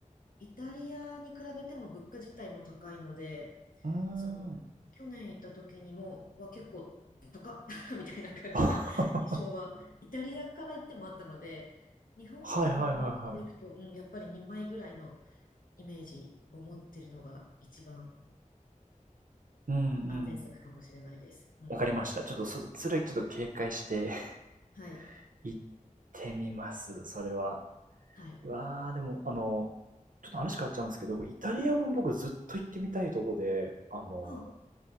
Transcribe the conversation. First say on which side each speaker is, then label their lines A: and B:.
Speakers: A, on the left (about 85°); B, on the right (about 75°).
A: イタリアに比べても物価自体も高いので、
B: うーん。
A: その、去年行った時にも、は結構高っ <laughs> みたいな感じな印象は、
B: <laughs> は
A: イタリアから行ってもあったので、日本からの感覚でいくと、
B: いはいはいはい。
A: うん、やっぱり2枚ぐらいのイメージを持ってるのが一番
B: うんう
A: 安全策かもしれないです。
B: ん。
A: うん。
B: わかりました。ちょっとそ、それはちょっと警戒して
A: はい。
B: <laughs> 行ってみます。それは。
A: はい。
B: うわあ、でも、あの、ちょっと話変わっちゃうんですけど、僕イタリアも僕ずっと行ってみたいとこで、あの、
A: まあ、